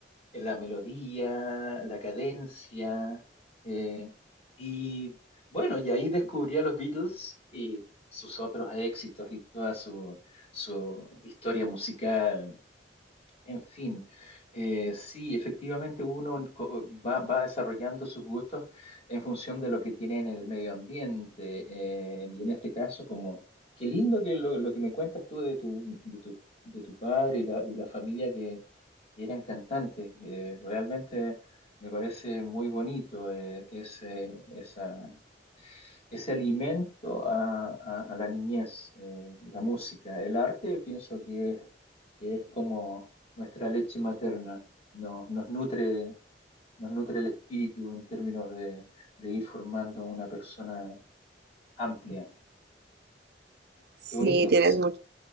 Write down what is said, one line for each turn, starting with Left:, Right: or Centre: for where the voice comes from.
Left: en la melodía, la cadencia. eh, y bueno, y ahí descubrí a los Beatles y sus otros éxitos y toda su, su historia musical. En fin, eh, sí, efectivamente uno co- va, va desarrollando sus gustos en función de lo que tiene en el medio ambiente. eh, y en este caso, como, qué lindo que lo, lo que me cuentas tú de tu, de tu, de tu padre y la, y la familia que eran cantantes. eh, realmente me parece muy bonito eh, ese, esa, ese alimento a, a- a la niñez, eh, la música, el arte, pienso que es, es como nuestra leche materna, nos, nos nutre, nos nutre el espíritu en términos de, de ir formando una persona amplia.
Right: sí,
Left: Qué bonitos,
Right: tienes mucho.